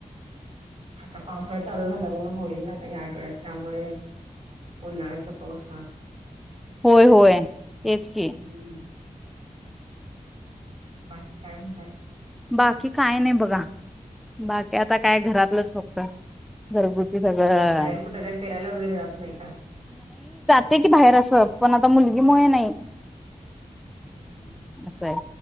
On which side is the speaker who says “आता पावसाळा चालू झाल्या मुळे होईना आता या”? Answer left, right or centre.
Right